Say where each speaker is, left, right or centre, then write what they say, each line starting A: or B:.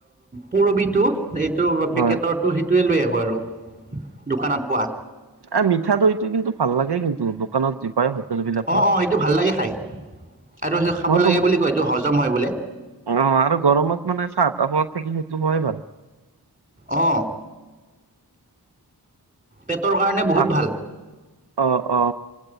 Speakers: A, on the right; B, on the right.
A: পুৰবিটো এইটো পেকেটৰো
B: হয়
A: হেই! সেইটোৱে লৈ আহোঁ আৰু, দোকানত পোৱা
B: অ মিঠা দৈটো, কিন্তু ভাল লাগে! কিন্তু, দোকানত যি পায়! হোটেল বিলাকত
A: অঁ, অঁ, হেইটো ভাল লাগে! খাই আৰু সেইটো খাব
B: মইতো
A: লাগে বুলি কয়, এইটো হজম হয় বোলে!
B: অ আৰু গৰমত মানে চাহ তাহ খোৱাত থাকি, সেইটো খোৱাই ভাল!
A: অঁ পেটৰ কাৰণে বহুত
B: তাক
A: ভাল!
B: অ অ